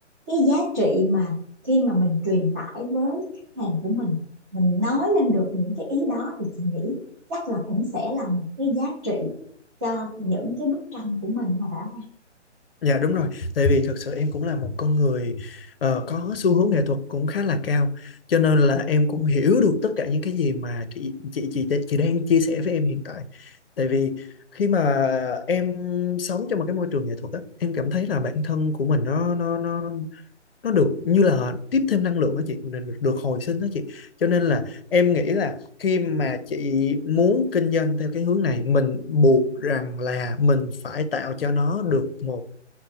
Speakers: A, on the right (about 15°); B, on the left (about 55°).
A: cái giá trị mà khi mà mình truyền tải với khách hàng của mình mình nói lên được những cái ý đó thì chị nghĩ chắc là cũng sẽ là một cái giá trị cho những cái bức tranh của mình hả Bảo ha
B: Dạ đúng rồi, tại vì thật sự em cũng là một con người ờ, có xu hướng nghệ thuật cũng khá là cao, cho nên là em cũng hiểu được tất cả những cái gì mà chị chị chị chị đang chia sẻ với em hiện tại. Tại vì khi mà em sống trong một cái môi trường nghệ thuật á, em cảm thấy là bản thân của mình nó nó nó nó được như là tiếp thêm năng lượng đó chị, được được hồi sinh đó chị. Cho nên là em nghĩ là khi mà chị muốn kinh doanh theo cái hướng này, mình buộc rằng là mình phải tạo cho nó được một